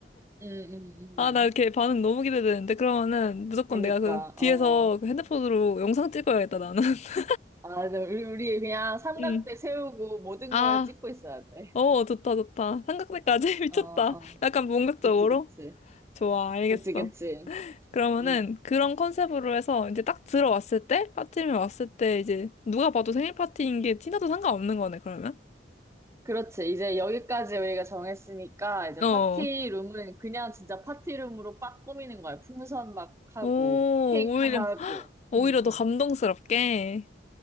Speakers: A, on the right; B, on the left.
A: 음, 음,
B: 아, 나
A: 음.
B: 이렇게 반응 너무 기대되는데? 그러면은 무조건
A: 그러니까,
B: 내가 그 뒤에서
A: 어.
B: 그 핸드폰으로 영상 찍어야겠다, 나는. <laughs>
A: 아, 근데 우리, 우리 그냥 삼각대
B: 음.
A: 세우고 모든
B: 아,
A: 걸 찍고 있어야 돼.
B: 어, 좋다, 좋다. 삼각대까지? <laughs> 미쳤다.
A: 어, 어.
B: 약간 본격적으로?
A: 그치, 그치.
B: 좋아, 알겠어.
A: 그치, 그치.
B: 그러면은
A: 음.
B: 그런 컨셉으로 해서 이제 딱 들어왔을 때, 빠티이 왔을 때 이제 누가 봐도 생일 파티인 게 티나도 상관없는 거네, 그러면?
A: 그렇지. 이제 여기까지 우리가 정했으니까 이제
B: 어.
A: 파티룸은 그냥 진짜 파티룸으로 빡 꾸미는 거야. 풍선 막 하고
B: 오,
A: 케이크
B: 오히려,
A: 하고.
B: 헉, 오히려
A: 음,
B: 더
A: 음.
B: 감동스럽게.